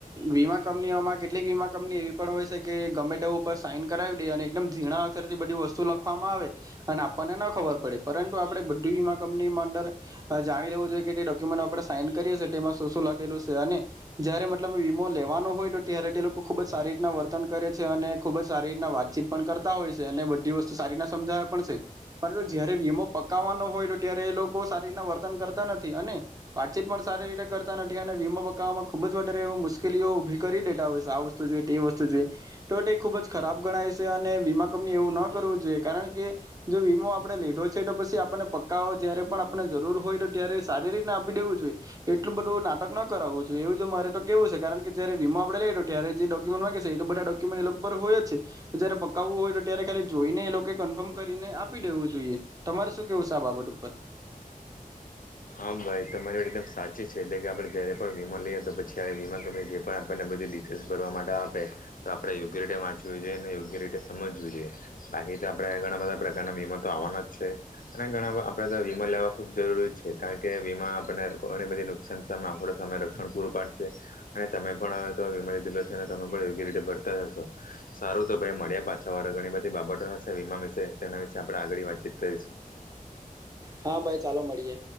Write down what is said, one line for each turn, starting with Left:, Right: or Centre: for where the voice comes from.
Right: વીમા કંપનીઓમાં કેટલીક વીમા કંપની એવી પણ હોય છે કે ગમે ટેવ ઉપર સાઈન કરાવી લેય અને એકદમ ઝીણા અક્ષરથી બધી વ સ્તુ લખવામાં આવે અને આપણને ન ખબર પડે, પરંતુ આપણે બધિ વમા કંપનીમાં અંદર જા જાણી લેવું જોઈએ કે તે <unintelligible> સાઈન કરીએ છે તેમાં શું શું લખેલું છે અને જય મતલબ વીમો લે લેવાનો હોય તો ત્યારે ટે લોકો ખુબ જ સારી રીતના વર્તન કરે છે, અને ખુબ જ સારી રીતના વાતચીત પણ કરતા હોય છે, અને બધી વસ્તુ સારીતના સમજાવે પડશે પર જયારે વીમો પકાવવાનો હોય તો ત્યારે એ લોકો સારી રીતના વર્ત કરતા નથી અને વાતચીત પણ સારી રીતે કરતા નથી અને વીમા પકાવવામાં ખુબ જ વધારે એ મુશ્કેલીઓ ઉભી કરી દેતા હોય છે, આ વસ્તુ જોઈ તે વસ્તુ જોઈ તો એ ખુબ જ ખરાબ ગણાય છે, અને વીમા કંપની એવું ન કરવો જોઈએ કારણ કે જો વીમો આપડે લીધો છે, તો પછી આપને પક્કાઓ જયારે પણ આપને જરૂર હોય ત્યારે શારીરિક ના આપી દેવું જોઈએ એટલું બધું નાટક ન કરાવવું જોઈએ એવું જો મારે તો કેવું છે, કારણ કે જ્યારે વીમા આપણે લઈએ તો ત્યારે જે ડો્યુમેન્ટ માગે છે, એ તો બધા ડોક્યુમેન્ટ એ લોકો પર હોય જ તો જયારે પકાવવું હોય તો ત્યારે ખા લી જોઈને એ લોકો કન્ફર્મ કરીને આપી દેવું જોઈએ તમારે શું કેવું છે, આ બાબત ઉપર
Left: હા ભાઈ તમારી વાત એકદમ સા ચી છે, એટલે કે આપણે જયારે પણ વીમો લઈએ તો પછી આવી વીમા કંપની જે પણ આપણને બધી ડિટેલ્સ ભરવા માટે આપે તો આપડે યોગ્ય રીતે વાંચવવી જોઈએ ને યોગ્ય રીતે સમજવું જોઈએ બાકી તો આપડે ઘણા બધા પ્રકારના વીમ તો આવાના જ છે, અને ઘણા બ આપડે તો વીમા લેવા ખુબ જરૂરી છે કારણ કે વીમા આપણને ધણી બધી નુકસાન સામે આપડો સામે રક્ષણ પૂરું પાડ શે અને તમે પણ અવે ત વીમો લોધીલો છે, તમે પણ યોગ્ય રીતે ભરતા હશો સારું તો ભાઈ મળ્યે પાછા હવે ત ણી બધી બાબતો હશે વીમા વિશે તેના વિશે આપણે આગળ વાતચીત કરીશું.
Right: હા ભાઈ ચાલો મળીએ